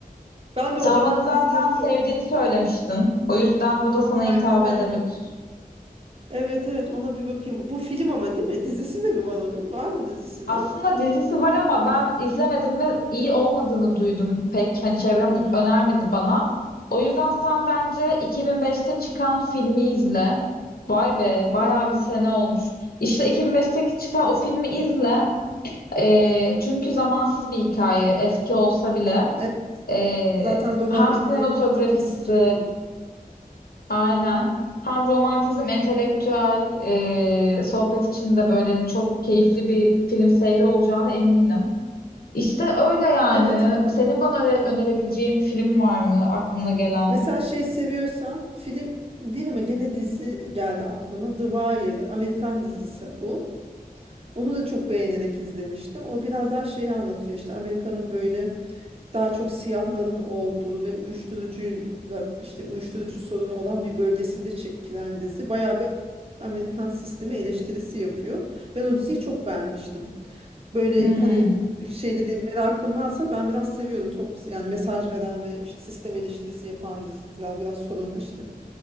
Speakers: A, on the right (about 40°); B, on the left (about 75°).
A: Ben
B: Sen
A: de o dönem
B: bana zaten
A: dizilerinde
B: sevdiğini
A: o
B: söylemiştin. O yüzden bu da sana
A: Ay-
B: hitap
A: aynen.
B: edebilir.
A: Evet evet ona bir bakayım. Bu film ama değil mi? Dizisi de mi var onun? Var mı dizisi
B: Aslında
A: de?
B: dizisi var ama ben izlemedim ve iyi olmadığını duydum. Pek hani çevrem
A: Hmm.
B: önermedi bana. O yüzden sen bence 2005'te çıkan filmi izle. Vay be,
A: Filmi
B: bayağı bir sene olmuş. İşte 2005'teki çıkan o filmi izle. Ee, çünkü zamansız bir hikaye, eski olsa bile.
A: Evet,
B: Ee,
A: zaten roman
B: hem
A: bir
B: sinematografisi
A: klasik. bir-
B: Aynen.
A: Hı hı.
B: Hem romantizm, entelektüel e, sohbet için de böyle hani çok keyifli bir film seyri olacağına eminim. İşte öyle yani.
A: Evet.
B: Senin bana öne- önerebileceğin bir film var mı aklına gelen?
A: Mesela şey seviyorsan film değil ama gene dizi geldi aklıma. The Wire, Amerikan dizisi bu. Onu da çok beğenerek izlemiştim. O biraz daha şeyi anlatıyor işte Amerika'nın böyle daha çok siyahların olduğu ve uyuşturucuyla işte uyuşturucu sorunu olan bir bölgesinde çekilen dizi. Bayağı bir Amerikan sistemi eleştirisi yapıyor. Ben o diziyi çok beğenmiştim. Böyle
B: Hmm.
A: hani şeyleri merakım varsa ben biraz seviyorum top yani mesaj veren ve işte sistem eleştirisi yapan diziler biraz sorun işte